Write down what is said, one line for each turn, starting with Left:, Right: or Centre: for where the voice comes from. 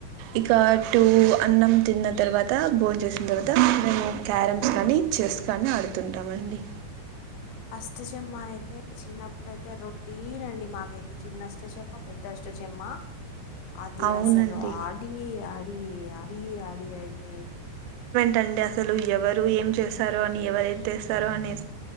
Right: ఇక టూ అన్నం తిన్న తర్వాత బోన్ చేసిన తర్వాత మేము క్యారమ్స్ కానీ చేస్ కాని ఆడుతుంటమండి
Left: అష్ట చెమ్మ అయితే చిన్నప్పుడు అయితే రొటీనండి మాకైతే చిన్నష్ట చెమ్మ పెద్ద అష్ట చెమ్మ ఆ అది
Right: అవునండి
Left: అసలు అడి అడి అడి అడి అయితే
Right: థాంకసలు ఎవరు ఏం చేస్తారో అని ఎవరు తెస్తారో అనేది